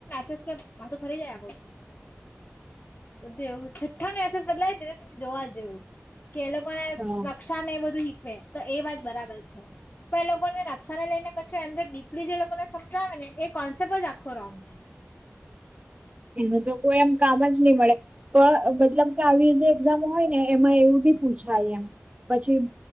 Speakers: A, on the left (about 35°); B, on the right (about 25°).
A: સેસ કે માથું ફરી જાય આપડું બધું એવું છઠ્ઠા ને બદલાય સુધી જોવા જેવું કે એ લોકો ને
B: હા
A: નકશા ને એ બધું ઈ તો એ વાત બરાબર છે. પણ એ લોકોને નકશાને લઈને પછી અંદર ડીપલી જે લોકોને સમજાવે ને એ કોન્સેપ્ટ જ આખો રોંગ છે. <inaudible>
B: એનું તો કોઈ એમ કામ જ ની મળે. તો મતલબ કે આવી રીતે એક્ઝામ હોય ને એમાં એવું બી પૂછાય એમ. પછી